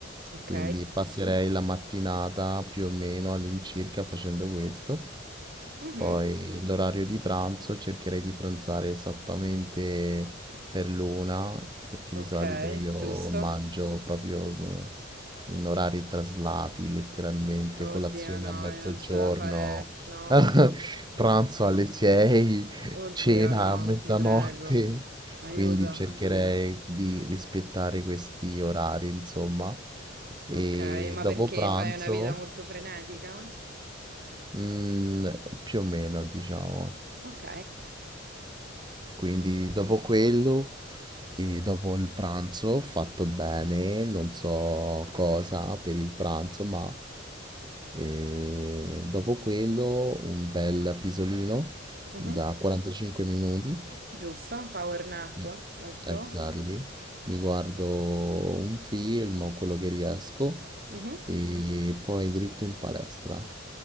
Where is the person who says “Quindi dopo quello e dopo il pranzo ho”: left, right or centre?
Right